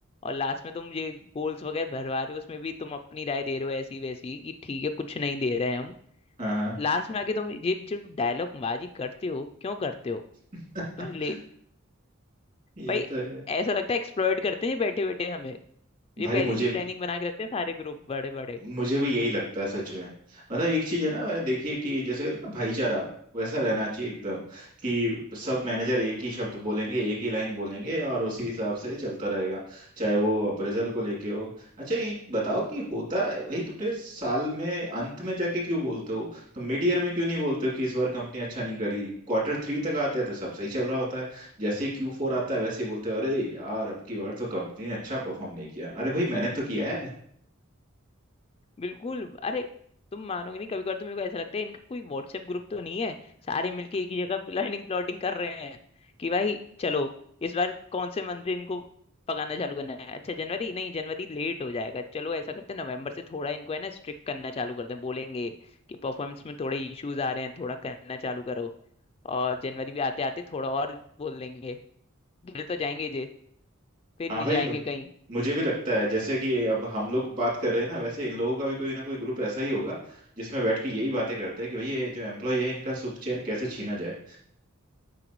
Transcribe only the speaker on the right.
हाँ हाँ
<laughs>
ये
तो है
भाई
मुझे
मुझे भी यही लगता है सच में मतलब एक चीज है ना मैंने देखी है कि जैसे कहते हैं ना भाईचारा वैसा रहना चाहिए एकदम कि सब मैनेजर एक ही शब्द बोलेंगे एक ही लाइन बोलेंगे और उसी हिसाब से चलता रहेगा चाहे वो अप्रेजल को लेके हो अच्छा ये बताओ कि होता है भाई तुमने साल में अंत में जाके क्यों बोलते हो तुम मिड ईयर में क्यों नहीं बोलते हो कि इस बार कंपनी अच्छा नहीं करी क्वार्टर थ्री तक आते आते सब सही चल रहा होता है जैसे क्यू फोर आता है वैसे ही बोलते हो अरे यार अब की बार तो कंपनी ने अच्छा परफॉर्म नहीं किया अरे भाई मैंने तो किया है
हाँ
भाई
मुझ,
मुझे भी लगता है जैसे कि अब हम लोग बात कर रहे हैं ना वैसे इन लोगों का भी कोई ना कोई ग्रुप ऐसा ही होगा जिसमें बैठ के यही बातें करते हैं कि भाई ये जो एम्प्लॉय है इनका सुख चैन कैसे छीना जाए